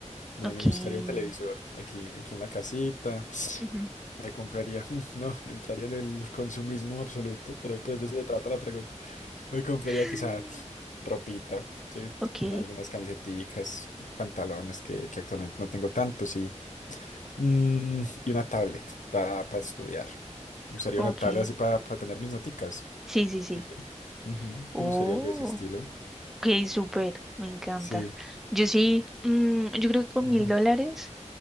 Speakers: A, on the left (about 85°); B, in the centre.
A: Me,
B: ok.
A: me gustaría un televisor aquí, aquí en la casita.
B: ujú,
A: Me compraría, <laughs> no, entraría en el consumismo absoluto, pero pues de eso se trata la pregunta. Me compraría
B: <laughs>
A: quizás ropita, sí,
B: Ok,
A: algunas camiseticas, pantalones que, que actualmente no tengo tantos y, mm, y una tablet para estudiar. Me gustaría
B: Ok.
A: una tablet así para tener mis noticas.
B: Sí, sí, sí.
A: Sí. Ujú,
B: Oh,
A: Me gustaría algo de ese estilo.
B: ok, súper. Me encanta.
A: Sí.
B: Yo sí, mm, yo creo que con
A: Ujú.
B: mil dólares